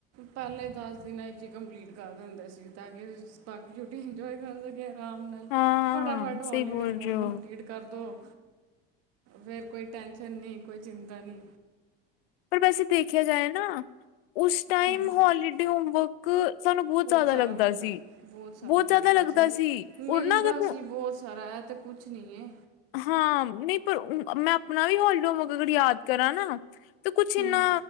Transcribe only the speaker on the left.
ਹਾਂ
ਸਹੀ ਬੋਲ
ਰਹੇ ਹੋ
ਪਰ ਵੈਸੇ ਦੇਖਿਆ ਜਾਏ ਨਾ ਉਸ ਟਾਈਮ
ਹੋਲੀਡੇ ਹੋਮਵਰਕ ਸਾਨੂੰ ਬਹੁਤ ਜਾਦਾ
ਲੱਗਦਾ
ਸੀ
ਬਹੁਤ ਜਾਦਾ
ਲੱਗਦਾ ਸੀ ਔਰ
ਨਾ ਅਗਰ
ਹਾਂ ਨਹੀਂ ਪਰ ਮੈਂ ਆਪਣਾ ਵੀ ਹੋਲੀਡੋ ਯਾਦ ਕਰਾ ਨਾ ਤੇ ਕੁੱਛ ਇੰਨਾ